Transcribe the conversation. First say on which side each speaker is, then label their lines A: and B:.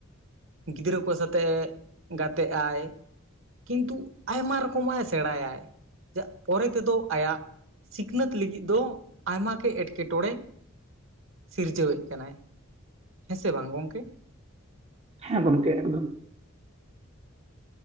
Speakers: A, on the right; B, on the right.
A: ᱜᱤᱫᱽᱨᱟᱹ ᱠᱚ ᱥᱟᱣᱟᱛᱮ ᱜᱟᱛᱮ ᱟᱭ ᱠᱤᱱᱛᱩ ᱟᱭᱢᱟ ᱨᱚᱠᱚᱢᱟᱜ ᱮ ᱥᱮᱬᱟᱭᱟᱭ ᱯᱚᱨᱮ ᱛᱮᱫᱚ ᱟᱭᱟᱜ ᱥᱤᱠᱷᱱᱟᱹᱛ ᱞᱟᱹᱜᱤᱫ ᱫᱚ ᱟᱭᱢᱟᱜ ᱜᱮ ᱮᱸᱴᱠᱮᱴᱚᱬᱮ ᱥᱤᱨᱡᱟᱹᱣ ᱮᱫ ᱠᱟᱱᱟᱭ ᱦᱮᱸ ᱥᱮ ᱵᱟᱝ ᱜᱚᱝᱠᱮ?
B: ᱦᱮᱸ ᱜᱚᱢᱠᱮ ᱮᱠᱫᱚᱢ᱾